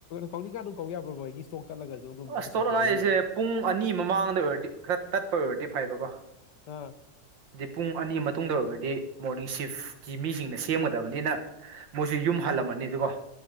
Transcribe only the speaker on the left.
ꯀꯧꯅꯤꯀꯥ ꯑꯗꯨꯝ ꯀꯧ ꯌꯥꯕ꯭ꯔꯣꯕ꯭ꯔꯣ ꯑꯩꯒꯤ ꯏꯁꯇꯣꯛ ꯇꯠꯂꯒꯁꯨ ꯑꯗꯨꯝ
ꯑꯗꯨ ꯁꯄ꯭ꯂꯥꯏꯒꯤꯗꯤ
ꯑꯥ